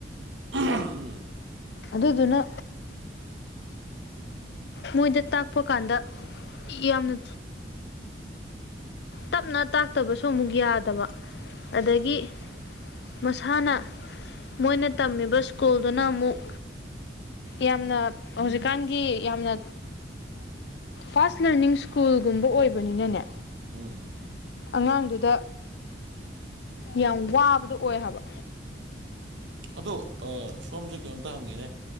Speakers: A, on the right; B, on the left.
A: ꯎꯝ
B: ꯑꯗꯨꯗꯨꯅ ꯃꯣꯏꯗ ꯇꯥꯛꯄ ꯀꯥꯟꯗ ꯌꯥꯝꯅ ꯇꯞꯅ ꯇꯥꯛꯇꯕꯁꯨ ꯑꯃꯨꯛ ꯌꯥꯗꯕ ꯑꯗꯒꯤ
A: ꯆꯨꯝꯃꯦ
B: ꯃꯁꯥꯅ ꯃꯣꯏꯅ ꯇꯝꯃꯤꯕ ꯁ꯭ꯀꯨꯜꯗꯨꯅ ꯑꯃꯨꯛ ꯌꯥꯝꯅ ꯍꯧꯖꯤꯛꯀꯥꯟꯒꯤ ꯌꯥꯝꯅ ꯐꯥꯁ ꯂꯔꯅꯤꯡ ꯁ꯭ꯀꯨꯜꯒꯨꯝꯕ ꯑꯣꯏꯕꯅꯤꯅꯅꯦ
A: ꯎꯝ
B: ꯑꯉꯥꯡꯗꯨꯗ ꯌꯥꯝ ꯋꯥꯕꯗꯣ ꯑꯣꯏ ꯍꯥꯏꯕ
A: ꯑꯗꯣ ꯁꯣꯝꯁꯦ ꯀꯩꯅꯣꯝꯇ ꯍꯪꯉꯤꯅꯦ